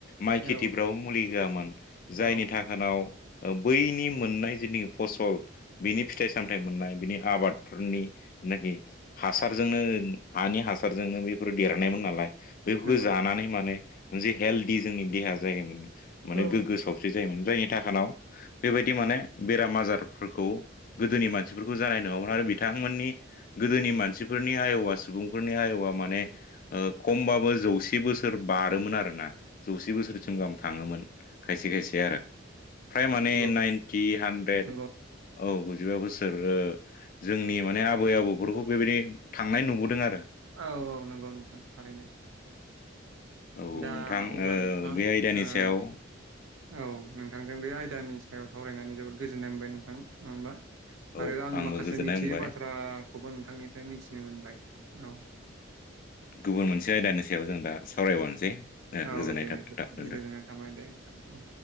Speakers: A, on the left (about 45°); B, on the right (about 80°).
A: माइ खेथिफ्रावबो
B: औ
A: मुलि होयामोन जायनि
B: औ
A: थाखानाव ओ बैनि मोननाय जेनेखि फसल बिनि फिथाइ सामथाइ मोननाय बिनि आबादफोरनि जेनाखि हासारजोंनो हानि हास सारजोंनो बेफोर देरनायमोन नालाय । बेफोरखो
B: नंगौ
A: जानानै माने मोनसे हेलदि जोंनि देहाया जायोमोन माने
B: औ
A: गोग्गो सावस्रि जायोमोन जायनि थाखानाव बेबायदि माने बेराम आजारफोरखौ गोदोनि मानसिफोरखौ जानाय नङामोन आरो बिथांमोननि गोदोनि मानसिफोरनि आयबा सुबुंफोरनि आरो आयआ माने ओ खमबाबो जौसे बोसोर बारोमोन आरोना जौसे बोसोरसिम गाहाम थां थाङोमोन खायसे खायसे आरो फ्राय माने
B: नंगौ
A: नाइनथि हानड्रेद
B: नंगौ
A: औ गुजिबा बोसोर ओ जोंनि माने आबै आबौफोरखौ बेबायदि थांनाय नुबोदों आरो।
B: औ औ नंगौ नोंथां थारैनो
A: नोंथां
B: दा अब्ला
A: ओ
B: नोंथां
A: बे आयदानि
B: ओ
A: सायाव
B: औ नोंथांजों बे आयदानि सायाव सावरायनानै जोबोद गोजोननाय मोनबाय नोंथां नङा होमबा?
A: औ
B: आरो आं
A: आंबो
B: माखासे
A: गोजोननाय
B: मिथियै
A: मोनबाय
B: बाथ्राखौबो नोंथांनिफ्राय मिथिनो मोनबाय औ ।
A: गुबुन मोनसे आयदानि सायाव जों दा सावरायबावनोसै। ओ
B: औ
A: गोजोननाय
B: दे
A: थाबाय
B: गोजोननाय
A: नोंथां
B: थाबाय दे नोंथां औ।